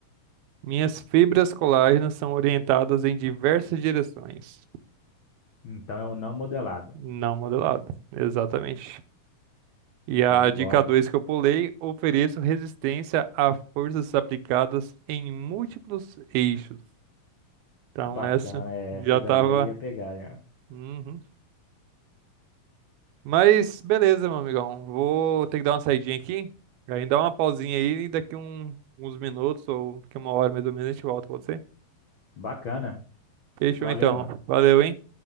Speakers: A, on the right (about 85°); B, on the left (about 80°).
A: Minhas fibras colágenas são orientadas em diversas direções,
B: Então é o não modelado.
A: não modelado. Exatamente. E a
B: Show de
A: dica
B: bola.
A: 2 que eu pulei, ofereço resistência a forças aplicadas em múltiplos eixos. Então,
B: Bacana,
A: essa
B: é
A: já
B: essa daí
A: tava.
B: eu ia pegar já.
A: Uhum. Mas beleza, meu amigão. Vou ter que dar uma saidinha aqui. Aí dá uma pausinha aí e daqui um, uns minutos ou daqui uma hora mais ou menos a gente volta, pode ser?
B: Bacana.
A: Fechou
B: Valeu,
A: então.
B: mano.
A: Valeu, hein?